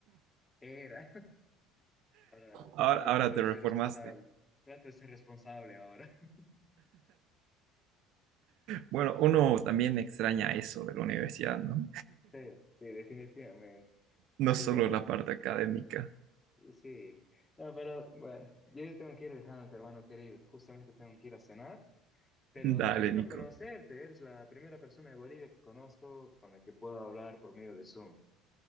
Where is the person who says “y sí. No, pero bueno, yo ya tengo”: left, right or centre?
Left